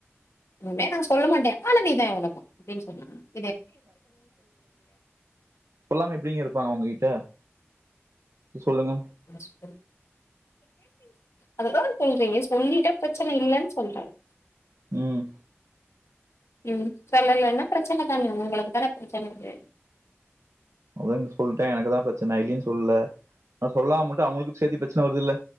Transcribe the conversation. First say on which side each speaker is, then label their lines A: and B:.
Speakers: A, on the left; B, on the right.
A: உண்மைய நான் சொல்ல மாட்டேன்போங்க ஆனா இதுதான் உலகம்அப்படினு ஃசொல்லுங்க
B: சொல்லாம எப்படிங்க இருப்பாங்க உங்ககிட்ட சொல்லுங்க
A: ஆ அததான் சொல்றீங்க சொல்லிட்ட பிரச்சனை இல்லைன்னு சொல்றேன்
B: உம்
A: உஹம் சொல்லலன்னா பிரச்சனை தானே உங்களுக்கு தான பிரச்சனை இருக்கு
B: அதுங்க சொல்லிட்டேன் எனக்குதான் பிரச்சனை இல்லன்னனு சொல்ல ஆனா சொல்லாம மட்டும் அவங்களுக்குசேர்த்து பிரச்சனை வருது இல்ல